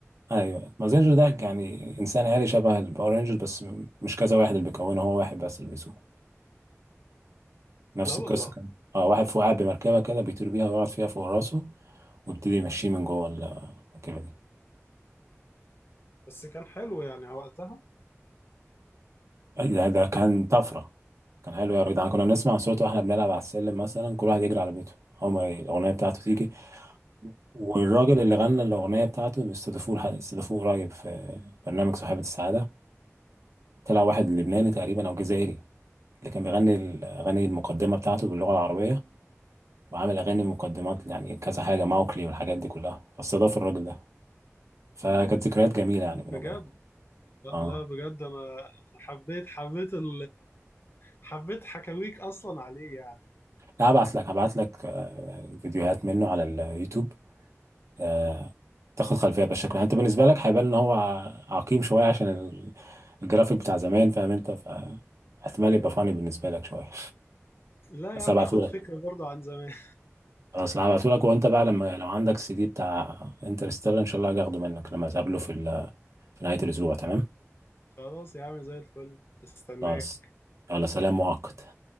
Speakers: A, on the right (about 70°); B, on the left (about 50°).
A: ايوه مازينجر ده يعني انسان آلي شبه الباور رينجر بس م- مش كذا واحد اللي بيكونه هو واحد بس اللي بيسوقه نفس
B: لا والله
A: القصه كان اه واحد فوق قاعد بمركبه كده بيطير بيها ويقعد فيها فوق راسه ويبتدي يمشيه من جوه المركبه دي
B: بس كان حلو يعني وقتها
A: أي ده ده كان طفره كان حلو يا جدعان كنا بنسمع صوته واحنا بنلعب على السلم مثلا كل واحد يجري على بيته هما الاغنيه بتاعته تيجي والراجل اللي غنى الاغنيه بتاعته بيستضيفوه لح- استضافوه قريب في برنامج صاحبة السعاده طلع واحد لبناني تقريبا او جزائري اللي كان بيغني الاغاني المقدمه بتاعته باللغه العربيه وعامل اغاني مقدمات يعني كذا حاجه ماوكلي والحاجات دي كلها فاستضاف الراجل ده فكانت ذكريات جميله يعني بينه
B: بجد
A: وبينه
B: لا
A: اه
B: لا بجد انا حبيت حبيت ال حبيت حكاويك اصلا عليه يعني
A: هبعت لك هبعت لك آه، فيديوهات منه على اليوتيوب آه، تاخد خلفيه بالشكل انت بالنسبه لك هيبان ان هو ع- عقيم شويه عشان ال- الجرافيك بتاع زمان فاهم انت فاحتمال يبقى فاني بالنسبه لك شويه
B: لا
A: بس
B: يا عم
A: هبعته
B: اخد
A: لك
B: فكرة برضو عن زمان
A: خلاص هبعته لك وانت بقى لما لو عندك السي دي بتاع انترستيلر ان شاء الله هاجي اخده منك لما اقابله في ال- في نهايه الاسبوع تمام
B: <laughs> خلاص يا عم زي الفل استناك
A: خلاص يلا سلام مؤقت